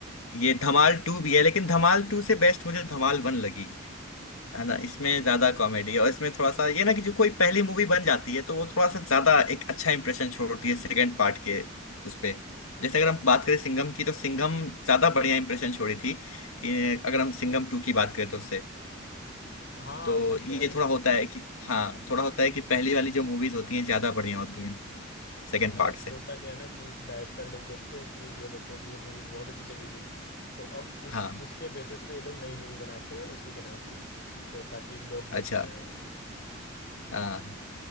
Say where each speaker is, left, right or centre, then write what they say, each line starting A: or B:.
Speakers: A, on the left; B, on the left.
A: ये धमाल टू भी है लेकिन धमाल टू से बेस्ट मुझे धमाल वन लगी है ना इसमें ज्यादा कॉमेडी है और इसमें थोड़ा सा ये ना कि जो कोई पहली मूवी बन जाती है तो वो थोड़ा सा ज्यादा एक अच्छा इंप्रेशन छोड़ती है सेकंड पार्ट के उस पे जैसे अगर हम बात करें सिंघम की तो सिंघम ज्यादा बढ़िया इंप्रेशन छोड़ी थी ये- अगर हम सिंघम टू की बात करें तो उससे
B: हाँ
A: तो
B: आप सही कह
A: ये
B: रहे
A: थोड़ा
B: हैं
A: होता है कि हाँ थोड़ा होता है कि पहली वाली जो मूवीज होती हैं ज्यादा बढ़िया होती हैं सेकंड
B: अरे
A: पार्ट से
B: होता क्या है ना कि डायरेक्टर लोग देखते हैं कि ये देखो ये मूवी तो बहुत अच्छी चली गई तो अब उस
A: हाँ
B: उसके बेसिस पे ये लोग नई मूवी बनाते हैं उसी के नाम से तो ताकि लोग
A: अच्छा
B: देखने आए
A: हाँ